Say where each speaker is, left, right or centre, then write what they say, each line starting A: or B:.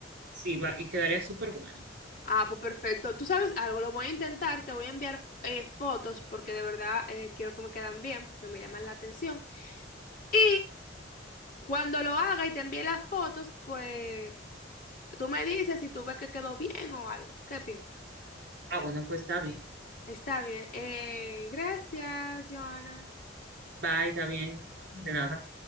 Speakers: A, on the right (about 60°); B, on the left (about 50°).
A: Sí, va, y quedaría súper bueno.
B: Ah, pues perfecto. Tú sabes algo, lo voy a intentar, te voy a enviar eh, fotos porque de verdad eh, quiero que me quedan bien, que me llaman la atención. Y cuando lo haga y te envíe las fotos, pues tú me dices si tú ves que quedó bien o algo. ¿Qué piensas?
A: Ah, bueno, pues está bien.
B: Está bien. Eh, gracias, Joana.
A: Bye, está bien. De nada.